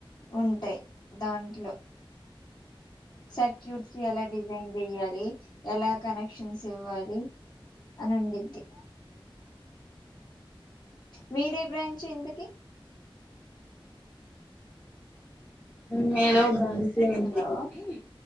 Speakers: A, on the left; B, on the left.
A: ఉంటాయి దాంట్లో. సర్క్యూట్స్ ఎలా డిజైన్ చేయ్యాలి. హేయ్. ఎలా కనెక్షన్స్. ఇవ్వాలి అని ఉండిద్ది. మీరే బ్రాంచు ఇంతకి.
B: మేలో ఉద్దాలి. సీనియర్
A: హలో
B: కాబట్టి.